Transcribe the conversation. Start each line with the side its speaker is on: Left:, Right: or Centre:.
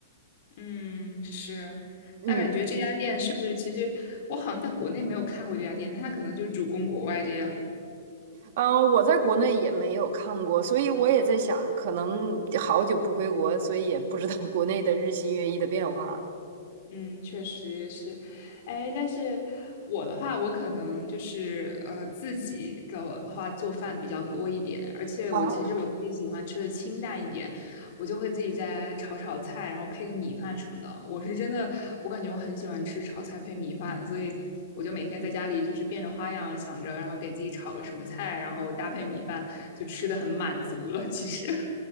Left: 嗯，是，
Right: 嗯，
Left: 那感觉这家店是不是其实我好像在国内没有看过这家店，那他可能就主攻国外这样。
Right: 嗯，我在国内也没有看过，所以我也在想，可能好久不回国，所以也不知道 <laughs> 国内的日新月异的变化了。
Left: 嗯，确实也是，哎，但是我的话，我可能就是呃自己的话做饭比较多一点，而且我其实我自己喜欢吃的清淡一点，
Right: 啊，
Left: 我就会自己在炒炒菜，然后配个米饭什么的。我是真的，我感觉我很喜欢吃炒菜配米饭，所以我就每天在家里就是变着花样想着，然后给自己炒个什么菜，然后搭配米饭，就吃的很满足了。其实 <laughs>